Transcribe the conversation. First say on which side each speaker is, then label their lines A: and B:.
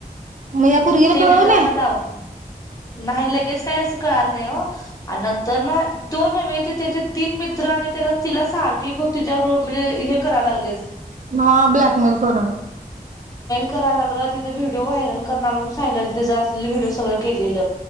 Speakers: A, on the right; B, on the left.
A: मग या पोरगीला
B: ते
A: कळवलं
B: मित्रांना
A: नाही
B: दावल नाही लगेच काही असं कळाल नाही हो. आणि नंतर ना तो नव्हे ते त्याचे तीन मित्र आणि त्याला ती तिला सारखे घेऊन तिच्यावर म्हणजे हे कराय लागले.
A: ना ब्लॅकमेल करून.
B: कराया लागला. तिचे व्हिडीओ व्हायरल करणार. म्हणून सांगायला तिचे असलेले व्हिडिओ सगळे. केलेल.